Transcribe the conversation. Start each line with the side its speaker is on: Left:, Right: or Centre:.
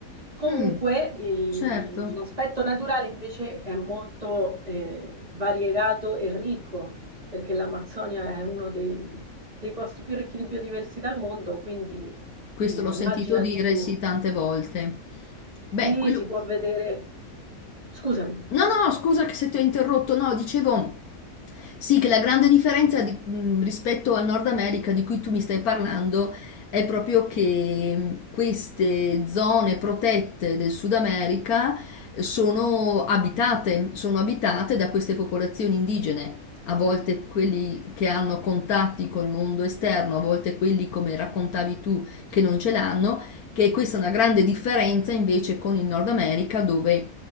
Right: Comunque,
Left: mm,
Right: i-
Left: certo,
Right: l'aspetto naturale invece è molto eh, variegato e ricco perché l'Amazzonia è uno dei, dei posti più ricchi di biodiversità al mondo, quindi eh,
Left: questo
Right: immaginati
Left: l'ho sentito dire
Right: tu.
Left: sì tante volte. Beh,
Right: Sì,
Left: quello,
Right: si può vedere, scusami,
Left: No, no, no, scusa che se ti ho interrotto, no, dicevo sì che la grande differenza di- mh, rispetto al Nord America di cui tu mi stai parlando è proprio che mh, queste zone protette del Sud America sono abitate, sono abitate da queste popolazioni indigene. A volte quelli che hanno contatti col mondo esterno, a volte quelli, come raccontavi tu, che non ce l'hanno, che questa è una grande differenza invece con il Nord America, dove